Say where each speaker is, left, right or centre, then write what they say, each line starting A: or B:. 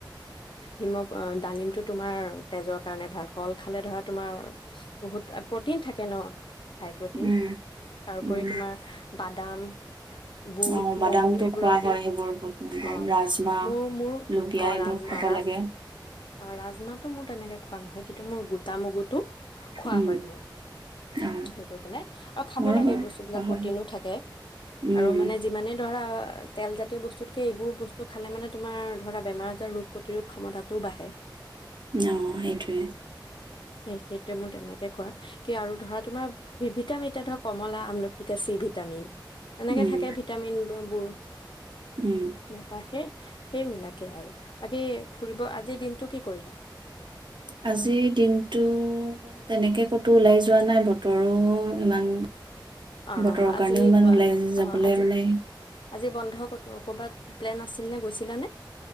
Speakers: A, on the left; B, on the right.
A: হিমগ ডালিমটো তোমাৰ তেজৰ কাৰণে ভাল, ক'ল খালে ধৰা তোমাৰ বহুত প্ৰটিন থাকে ন হাই প্ৰটিন
B: উম
A: তাৰোপৰি
B: উম
A: তোমাৰ। বাদাম, বুট
B: অ বাদামটো
A: মগু এইবোৰক
B: খোৱা হয়
A: এ
B: সেইবোৰ বুট মগু
A: অ'
B: ৰাজমাহ
A: মোৰ মোৰো
B: লুবিয়া
A: অ
B: এইবোৰ
A: ৰাজ
B: খাব
A: ৰাজ
B: লাগে
A: ৰাজমাহটো মোৰ তেনেকে খোৱা নহয়। কিন্তু মোৰ গোটা মগুটো খোৱা
B: উম
A: হয় মোৰ,
B: অ
A: হে কৰি পেলাই আৰু খাব
B: মোৰো
A: লাগে
B: বাৰু
A: বস্তুবিলাক
B: খোৱা
A: প্ৰটিনো
B: হয়
A: থাকে
B: উম
A: আৰু মানে যিমানে ধৰা আৰু। তেলজাতীয় বস্তু তাকে এইবোৰ বস্তু খালে মানে তোমাৰ ধৰা বেমাৰ আজাৰ ৰোগ প্ৰতিৰোধ ক্ষমতাও বাঢ়ে।
B: অ' সেইটোৱে।
A: স সেইটোৱে মোৰ তেনেকে কোৱা কি আৰু ধৰা তোমাৰ ভিটামিন এতিয়া ধৰা কমলা, আমলখি এতিয়া চি ভিটামিন, তেনেকে
B: উম
A: থাকে ভিটামিন বোৰ
B: উম
A: নাপাই হে সেইবিলাকে আৰু, বাকী ফুৰিব আজিৰ দিনতটো কি কৰিলা?
B: আজিৰ দিনতটো তেনেকে ক'তো ওলাই যোৱা নাই, বতৰো ইমান
A: অ'
B: বতৰৰ
A: অ' আজি
B: কাৰণেও ইমান ওলাই যাবলে
A: অ' আজি
B: মানে
A: আজি বন্ধ ক'তো ক'ৰবাত প্লেন আছিল নে গৈছিলানে?